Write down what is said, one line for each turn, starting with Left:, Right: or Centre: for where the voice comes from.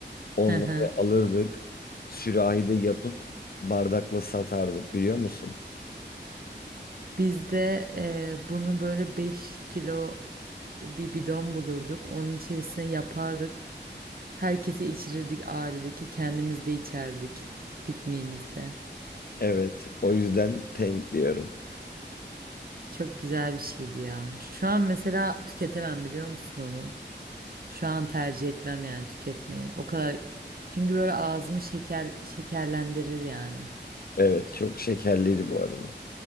Right: Hı
Left: Onları
Right: hı.
Left: alırdık. Sürahide yapıp bardakla satardık biliyor musun?
Right: Biz de e, bunu böyle 5 kilo bir bidon bulurduk. Onun içerisine yapardık. Herkese içirirdik ailedeki. Kendimiz de içerdik pikniğimizde.
Left: Evet. O yüzden Teng diyorum.
Right: Çok güzel bir şeydi ya. Şu an mesela tüketemem biliyor musun onu? Şu an tercih etmem yani tüketmeyi. O kadar çünkü böyle ağzımı şeker şekerlendirir yani.
Left: Evet çok şekerliydi bu arada.